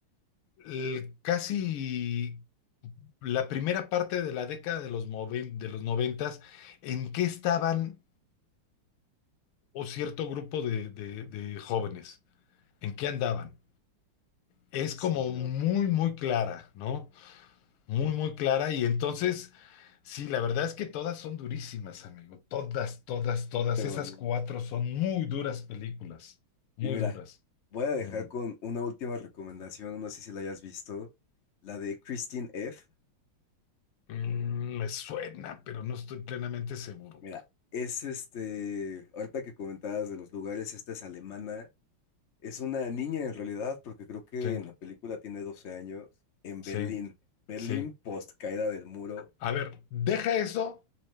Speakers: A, on the left (about 80°); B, on the left (about 50°).
A: el casi la primera parte de la década de los, moven- de los noventas, ¿en qué estaban o cierto grupo de, de- de jóvenes? ¿En qué andaban? Es
B: Sí,
A: como
B: hermano.
A: muy, muy clara, ¿no? Muy, muy clara. Y entonces, sí, la verdad es que todas son durísimas, amigo. Todas, todas, todas.
B: Sí, hermano.
A: Esas cuatro son muy duras películas. Muy
B: Y mira,
A: duras.
B: voy a dejar
A: Ujú.
B: con una última recomendación, no sé si la hayas visto, la de Christine F.
A: Mm, me suena, pero no estoy plenamente seguro.
B: Mira, es este, ahorita que comentabas de los lugares, esta es alemana, es una niña en realidad, porque creo que
A: Sí,
B: en la película tiene 12 años, en
A: sí,
B: Berlín, Berlín
A: sí.
B: post caída del muro,
A: A ver, deja eso.